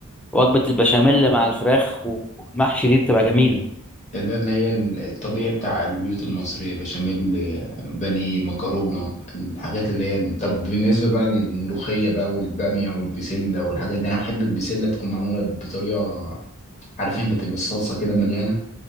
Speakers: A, in the centre; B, on the left.
A: وجبة البشاميل مع الفراخ والمحشي دي بتبقى جميل
B: ده اللي هي الطبيعي بتاع البيوت المصرية بشاميل بانيه مكرونة الحاجات اللي هي طب بالنسبة بقى للملوخية بقى والبامية والبسلة والحاجات دي أنا بحب البسلة تكون معمولة بطريقة عارف أنت تبقى الصلصة كده مليانة